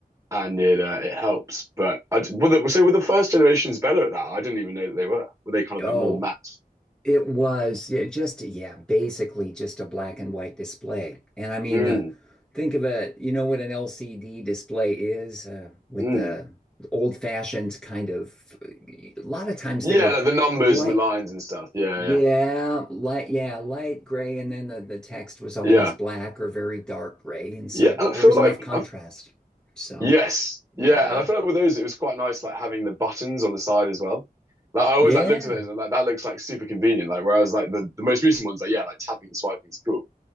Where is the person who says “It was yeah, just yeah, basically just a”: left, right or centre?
Centre